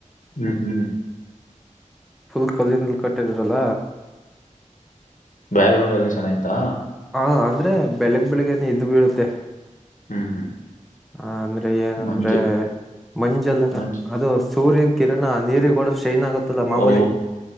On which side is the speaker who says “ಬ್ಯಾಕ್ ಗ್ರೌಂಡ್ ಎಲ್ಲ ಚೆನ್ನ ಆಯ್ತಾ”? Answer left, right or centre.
Left